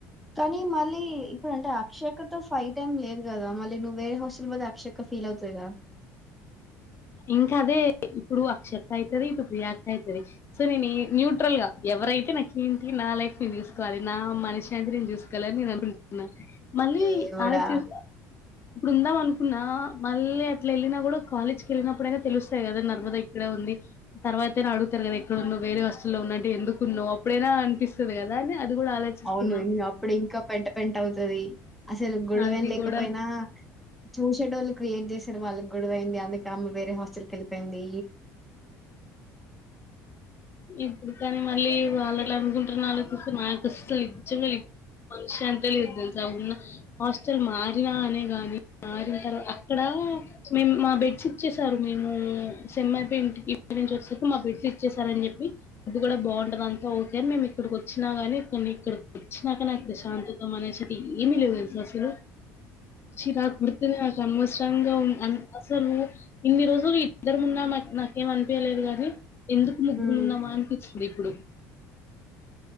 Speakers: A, in the centre; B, on the left.
A: కానీ మళ్ళీ ఇప్పుడు అంటే అక్షయక ఫైవ్ టైమ్ లేదు కదా మళ్ళీ నువ్వే వేరే హస్టల్ పోతే అక్షక్క ఫీల్ అవుతాయిదా
B: ఇంకా అదే ఇప్పుడు అక్షత అవుతది ఇప్పుడు రియాక్ అవుతది సో నేను న్యూట్రల్ గా ఎవరైతే నాకేంటి నా లైఫ్ ని తీసుకోవాలి నా మనిషి సంత్రయం చూసుకోవాలని నేను అనుకుంటున్నా మళ్ళీ
A: దేవుడా!
B: అలా చ ఇప్పుడు ఉందాం అనుకున్నా మళ్ళీ అట్లా వెళ్ళిన కూడా కాలేజ్ వెళ్ళినప్పుడైనా తెలుస్తాయి కదా నర్మద ఇక్కడే ఉంది తర్వాతనా అడుగుతారు కదా ఎక్కడన్న వేరే హస్తుల్లో ఉన్న అంటే ఎందుకు ఉన్నావు అప్పుడైనా అనిపిస్తుంది కదా అని అది కూడా ఆలోచిస్తున్నా
A: అవును ఇం అప్పుడు ఇంకా పెంట పెంట అవుతుది అసలు గొడవేన
B: అది
A: లేకపోయినా
B: కూడా
A: చూసేటోళ్ళు క్రియేట్ చేసారు వాళ్ళ గుడవైయింది అందుకేమ్మ వేరే హాస్టల్ కకి వెళ్ళపోయింది
B: ఇప్పుడు కాని మళ్ళీ వాళ్ళ అనుకుంటున్న చూ మాకులు నిజంగా మ శాంతి లే తెలుస ఉన్న హాస్టల్ మారినా అనే గాని మారిన తర్వాత అక్కడ మే మా బెడ్షట్చ్చసారు మేము సమ్యి ఇంటి ఇక్కడి నుంచి వచ్చసరికి మా బిడ్లు ఇచ్చేసార అని చెప్పి ఫుడ్ కూడా బాగుంటద అంతా ఓకే మేము ఇక్కడికి వచ్చినా గాని కొన్ని ఇక్కడికి వచ్చినాక నా ప్రశాంతతం అనేసిది ఏమిీ లేవు తెలుసు అసలు చీరక్బడతతేనేక మ కష్టంగా ఉం అసలు ఇన్ని రోజులు ఇద్దరు మున్నం అ ఏం అనిపియలేదు గానీ ఎందుకు ముగ్గురుమున్నమ
A: హ్మ్.
B: అనిపించిది ఇప్పుడు